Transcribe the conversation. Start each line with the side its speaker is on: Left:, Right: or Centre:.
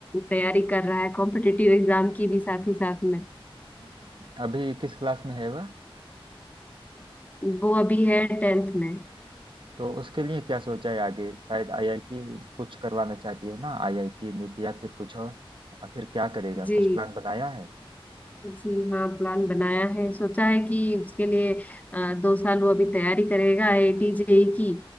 Left: तैयारी कर रहा है कॉम्पिटिटिव एग्जाम की भी साथ ही साथ में
Right: हम्म। अभी किस क्लास में है वह
Left: वो अभी है टेंथ में
Right: तो उसके लिए क्या सोचा है आगे शायद आईआईटी कुछ करवाना चाहती हो ना आईआईटी नीट या फिर कुछ और आखिर क्या करेगा
Left: जी
Right: कुछ प्लान बनाया है
Left: जी हाँ प्लान बनाया है सोचा है कि उसके लिए अ, दो साल वो अभी तैयारी करेगा आईआईटी जेई की